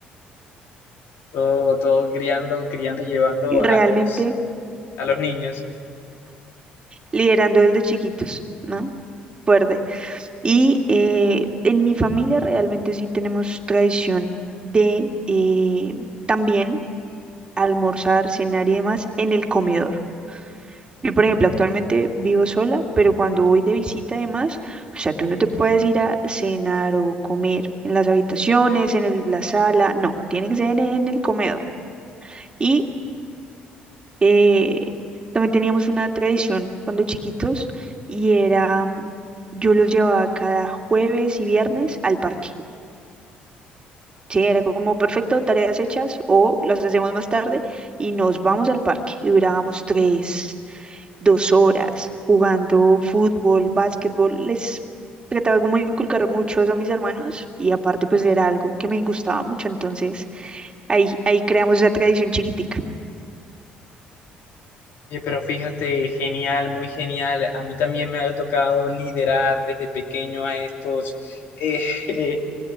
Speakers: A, on the left (about 75°); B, on the right (about 30°).
A: todo, todo criando, criando y llevando a
B: Realmente
A: los, a los niños.
B: liderando desde chiquitos, ¿no? Fuerte. Y eh, en mi familia realmente sí tenemos tradición de eh, también almorzar, cenar y demás en el comedor. Yo, por ejemplo, actualmente vivo sola, pero cuando voy de visita además, o sea, tú no te puedes ir a cenar o comer en las habitaciones, en el- la sala, no, tiene que ser en el comedor. Y eh, también teníamos una tradición cuando chiquitos y era, mm, yo los llevaba cada jueves y viernes al parque Sí, era como perfecto, tareas hechas o las hacemos más tarde y nos vamos al parque. Y durábamos tres, dos horas jugando fútbol, básquetbol. Les trataba como de inculcar mucho eso a mis hermanos y aparte pues era algo que me gustaba mucho. Entonces ahí, ahí creamos esa tradición chiquitica.
A: Oye, Pero fíjate, genial, muy genial. A mí también me ha tocado liderar desde pequeño a estos eh, <laughs> eh,